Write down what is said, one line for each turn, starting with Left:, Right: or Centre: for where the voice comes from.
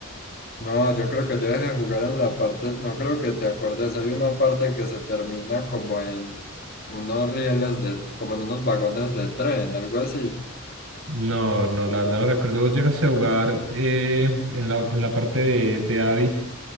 Left: no, yo creo que yo dejé de jugar en la parte, no creo que te acordes, hay una parte que se termina como en unos rieles de, como en unos vagones de tren, algo así.
Right: No, no, la verdad no recuerdo. Vos llegaste a jugar eh, en la, en la parte de, de Abby,